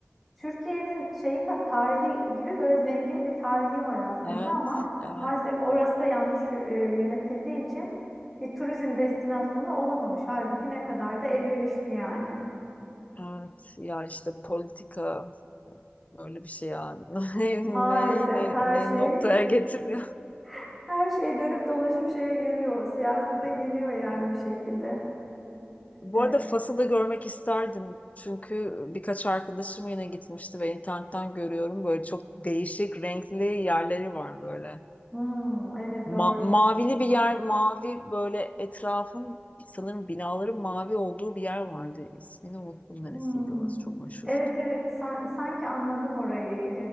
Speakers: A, in the centre; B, on the left.
A: Türkiye'nin şeyi ka- tarihi gibi böyle zengin bir tarihi var aslında
B: Evet,
A: ama
B: evet,
A: maalesef orası da yanlış yö- e, yönetildiği için bir turizm destinasyonu olamamış. Halbuki ne kadar da elverişli yani.
B: evet. Ya işte politika böyle bir şey yani. <laughs> Neyi
A: Maalesef
B: ne, ne
A: her
B: ne
A: şey
B: noktaya getiriyor.
A: <laughs> her şey dönüp dolaşıp şeye geliyor, siyasete geliyor yani
B: Ee,
A: bir şekilde.
B: Bu
A: Evet.
B: arada Fas'ı da görmek isterdim. Çünkü birkaç arkadaşım yine gitmişti ve internetten görüyorum. Böyle çok değişik renkli yerleri var böyle.
A: Hmm, evet
B: Ma-
A: doğru.
B: mavili bir yer, mavi böyle etrafın sanırım binaların mavi olduğu bir yer vardı. İsmini unuttum neresiydi
A: Hmm.
B: orası çok meşhur.
A: Evet evet San- sanki anladım orayı.